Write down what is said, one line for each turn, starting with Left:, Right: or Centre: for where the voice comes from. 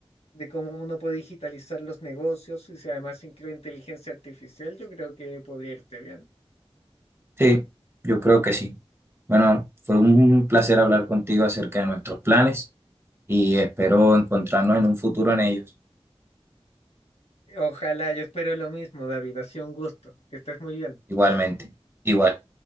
Left: de cómo uno puede digitalizar los negocios y si además incluye inteligencia artificial, yo creo que podría irte bien.
Right: Sí, yo creo que sí. Bueno, fue un placer hablar contigo acerca de nuestros planes y espero encontrarnos en un futuro en ellos.
Left: Ojalá, yo espero lo mismo, David. Ha sido un gusto. Que estés muy bien.
Right: Igualmente, igual.